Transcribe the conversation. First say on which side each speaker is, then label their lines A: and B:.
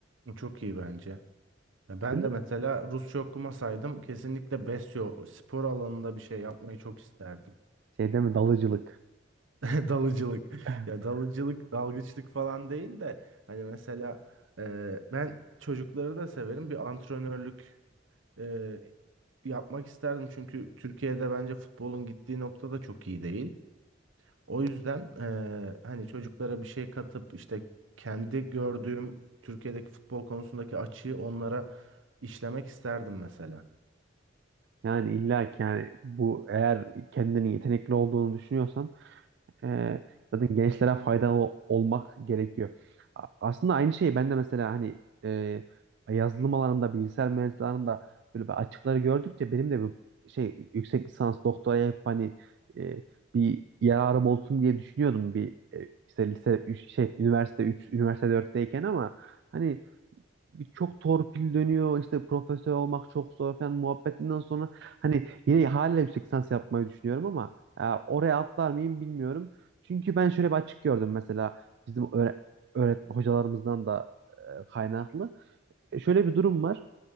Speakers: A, on the right; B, on the right.
A: Çok iyi bence. Ya Ben
B: Sen de
A: de mesela Rusça okumasaydım kesinlikle Besyo spor alanında bir şey yapmayı çok isterdim.
B: şey deme dalıcılık.
A: <laughs> Dalıcılık.
B: <laughs>
A: Ya dalıcılık, dalgıçlık falan değil de hani mesela e, ben çocukları da severim. Bir antrenörlük e, yapmak isterdim. Çünkü Türkiye'de bence futbolun gittiği nokta da çok iyi değil. O yüzden e, hani çocuklara bir şey katıp işte kendi gördüğüm Türkiye'deki futbol konusundaki açığı onlara işlemek isterdim mesela.
B: Yani illa ki yani bu eğer kendini yetenekli olduğunu düşünüyorsan e, zaten gençlere faydalı olmak gerekiyor. A- Aslında aynı şeyi ben de mesela hani e, yazılım alanında bilgisayar mühendisliği alanında böyle bir açıkları gördükçe benim de bu şey yüksek lisans doktoraya hep hani e, bir yararım olsun diye düşünüyordum bir e, işte lise 3 şey üniversite 3 üniversite 4'teyken ama hani bir çok torpil dönüyor işte profesör olmak çok zor falan muhabbetinden sonra hani yine hala yüksek lisans yapmayı düşünüyorum ama e, oraya atlar mıyım bilmiyorum. Çünkü ben şöyle bir açık gördüm mesela bizim öğre öğret hocalarımızdan da e, kaynaklı. E, şöyle bir durum var.